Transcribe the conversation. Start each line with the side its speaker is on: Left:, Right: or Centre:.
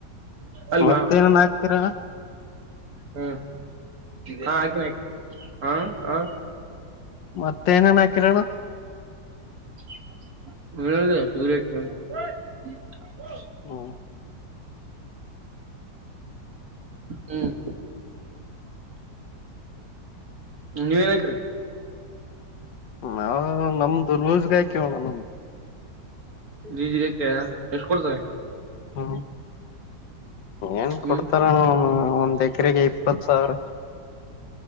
Right: ಅಲ್ಮಾ
Left: ಮತ್ತೇನನ್ ಹಾಕ್ತೀರ
Right: ಹ್ಮ್ ಹಾ ಹಾಕಿನ ಹಾ ಹ
Left: ಮತ್ತೇನೇನ್ ಹಾಕಿರೋಣ
Right: <unintelligible>
Left: ಹ್ಮ
Right: ಹ್ಮ್ ನೀವ ಏನಕ್ರೀ
Left: ನಾವು ನಮ್ದು ಲೂಸ್ಗಾಯ್ಕ ಹೋಣ ನಮ್ದು
Right: ನೀಜಗಾಕ ಎಷ್ಟ್ ಕೊಡ್ತಾರೆ
Left: ಹಾ ಏನ್
Right: ಹ್ಮ್
Left: ಕೊಡ್ತಾರ ನ ಒಂದ್ ಎಕರೆಗೆ ಇಪ್ಪತ್ ಸಾವಿರ